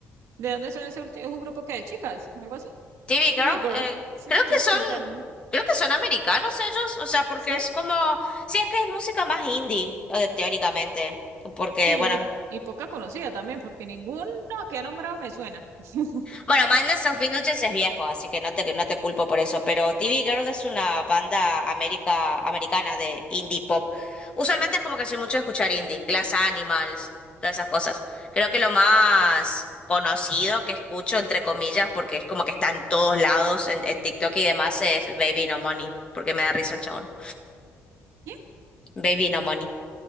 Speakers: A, on the right (about 80°); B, on the left (about 20°).
A: ¿De dónde son ese último? ¿Es un grupo que de chicas? ¿O algo así?
B: TV Girl.
A: TV Girl.
B: eh,
A: Sí,
B: creo
A: tiene
B: que son,
A: pinta de muy.
B: creo que son americanos ellos, o sea, porque
A: Sí,
B: es como, sí, es que es música más indie, eh, teóricamente, porque
A: sí,
B: bueno.
A: muy... y poca conocida también, porque ninguno que ha nombrado me suena. <laughs>
B: Bueno, Madness of Indulgence es viejo, así que no te, no te culpo por eso, pero TV Girl es una banda América, americana de indie pop. Usualmente es como que soy mucho de escuchar indie, Glass Animals, todas esas cosas. Creo que lo más conocido que escucho, entre comillas, porque es como que está en todos lados, en, en TikTok y demás, es Baby No Money, porque me da risa el chabón.
A: ¿Quién?
B: Baby No Money,